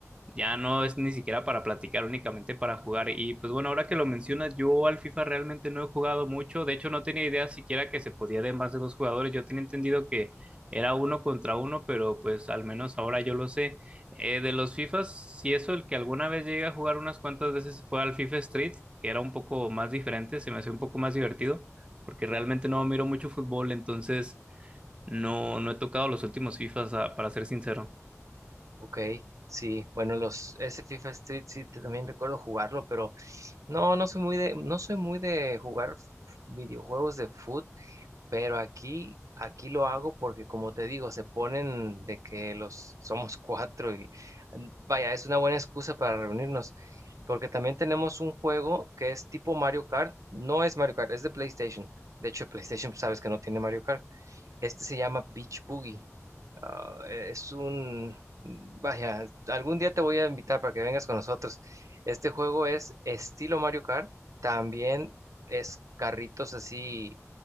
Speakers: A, on the right; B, on the right.
A: Ya no es ni siquiera para platicar, únicamente para jugar. Y pues bueno, ahora que lo mencionas, yo al FIFA realmente no he jugado mucho. De hecho, no tenía idea siquiera que se podía de más de dos jugadores. Yo tenía entendido que era uno contra uno, pero pues al menos ahora yo lo sé. Eh, de los FIFAs, si eso, el que alguna vez llegué a jugar unas cuantas veces fue al FIFA Street, que era un poco más diferente, se me hacía un poco más divertido, porque realmente no miro mucho fútbol, entonces no, no he tocado los últimos FIFAs, a- para ser sincero.
B: Ok, sí, bueno, los ese FIFA Street sí te- también recuerdo jugarlo, pero no, no soy muy de, no soy muy de jugar videojuegos de fútbol Pero aquí, aquí lo hago porque, como te digo, se ponen de que los somos <laughs> cuatro y mm, vaya, es una buena excusa para reunirnos. Porque también tenemos un juego que es tipo Mario Kart. No es Mario Kart, es de PlayStation. De hecho, PlayStation, pues, sabes que no tiene Mario Kart. Este se llama Beach Boogie. Ah, eh, es un, vaya, algún día te voy a invitar para que vengas con nosotros. Este juego es estilo Mario Kart, también es carritos así